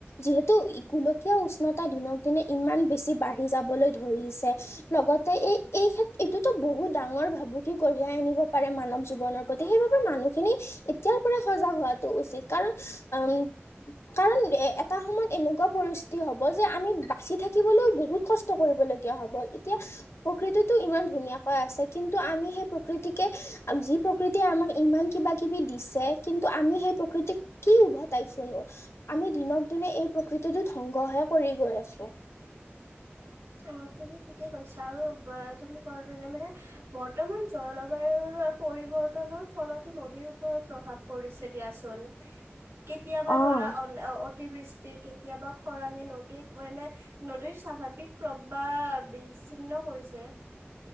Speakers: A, on the left; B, on the right.
A: যিহেতু গোলকীয় উষ্ণতা দিনক দিনে ইমান বেছি বাঢ়ি যাবলৈ ধৰিছে লগতে এই এই ক্ষেত্ৰ এইটোতো বহুত ডাঙৰ ভাবুকি কঢ়িয়াই আনিব পাৰে মানৱ জীৱনৰ প্ৰতি সেইবাবে মানুহখিনি এতিয়াৰ পৰাই সজাগ হোৱাটো উচিত কাৰণ উম কাৰণ এটা সময়ত এনেকুৱা পৰিস্থিতি হ'ব যে আমি বাচি থাকিবলৈও বহুত কষ্ট কৰিবলগীয়া হ'ব এতিয়া টো ইমান ধুনীয়াহৈ আছে কিন্তু আমি সেই প্ৰকৃতিকে যি প্ৰকৃতিয়ে আমাক ইমান কিবা কিবি দিছে কিন্তু আমি সেই প্ৰকৃতিক কি উভতাইছো আমি দিনক দিনে এই প্ৰকৃতিটো ধ্বংসহে কৰি গৈ আছো
B: অ তুমি ঠিকে কৈছা আৰু তুমি কোৱাৰ দৰে মানে বৰ্তমান জলবায়ুৰ পৰিৱৰ্তনৰ ফলতো নদীৰ ওপৰত প্ৰভাৱ পৰিছে দিয়াচোন কেতিয়াবা
A: অ
B: ধৰা অন অতিবৃষ্ট ষ্টি কেতিয়াবা খৰাঙে নদীক মানে নদীৰ স্বাভাৱিক প্ৰবাহ বিচ্ছিন্ন কৰিছে